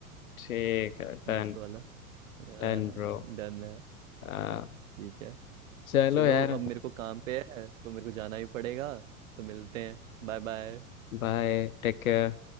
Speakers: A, on the left (about 70°); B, on the right (about 65°).
A: ठीक है डन
B: मस्त वाला हाँ
A: Done bro
B: डन है
A: आ,
B: ठीक है
A: चलो
B: चलो
A: यार
B: अब मेरे को काम पे है तो मेरे को जाना ही पड़ेगा तो मिलते हैं बाय बाय
A: Bye take care